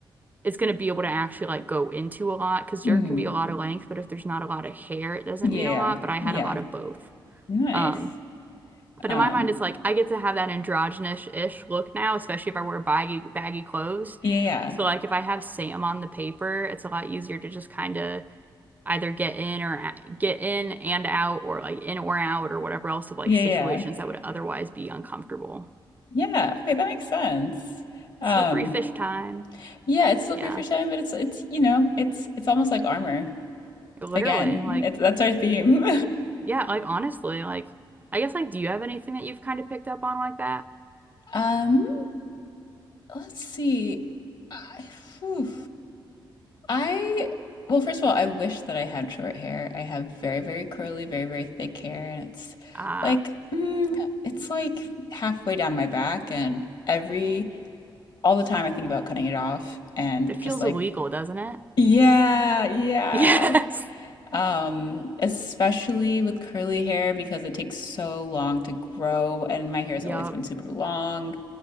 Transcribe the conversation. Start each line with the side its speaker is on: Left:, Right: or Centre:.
Right: it's gonna be able to actually like go into a lot because
Left: Mm-hmm.
Right: there can be a lot of length, but if there's not a lot of hair, it doesn't
Left: Yeah,
Right: mean a lot, but I
Left: yeah.
Right: had a lot of both.
Left: Nice.
Right: Um, but
Left: Um,
Right: in my mind, it's like I get to have that androgynous-ish look now, especially if I wear baggy baggy clothes.
Left: yeah, yeah,
Right: So like if I have Sam on the paper, it's a lot easier to just kind of either get in or get in and out or like in or out or whatever else of like
Left: yeah,
Right: situations
Left: yeah.
Right: that would otherwise be uncomfortable.
Left: Yeah, Okay, that makes sense. Um,
Right: Slippery fish time.
Left: yeah, it's slippery
Right: Yeah.
Left: for shine, but it's it's you know, it's it's almost like armor.
Right: Literally,
Left: Again,
Right: like
Left: it's, that's our theme.
Right: yeah, like honestly, like I guess like do you have anything that you've kind of picked up on like that?
Left: <laughs> um, let's see. I, whew. I, well, first of all, I wish that I had short hair. I have very, very curly, very, very thick hair, and it's
Right: Ah,
Left: like, mm, it's like halfway down my back, and every, all the time I think about cutting it off and
Right: it feels
Left: just like,
Right: illegal, doesn't it?
Left: yeah, yeah.
Right: <laughs> Yes.
Left: Um, especially with curly hair because it takes so long to grow, and my hair's
Right: Yup.
Left: always been super long.